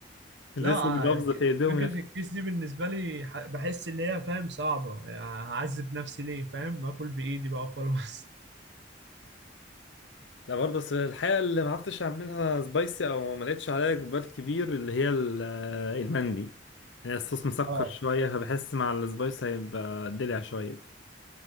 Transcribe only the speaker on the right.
لا آه،
ك-
فكرة
الكيس دي بالنسبة لي ح- بحس ان هي فاهم صعبة يعني هعذب نفسي ليه فاهم باكل بايدي بقى خلاص
<laughs>
اه